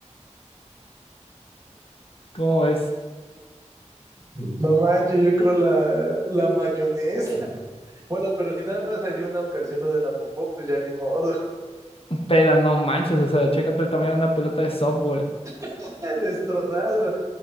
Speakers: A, on the left; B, on the right.
A: ¿Cómo es,
B: No manches, yo creo la, la mayonesa. Bueno, pero si nada más sería una ocasión lo de la popó, pues ya ni modo.
A: <laughs> Pero no manches, o sea, chécate el tamaño de una pelota de softball.
B: <laughs> Destrozado,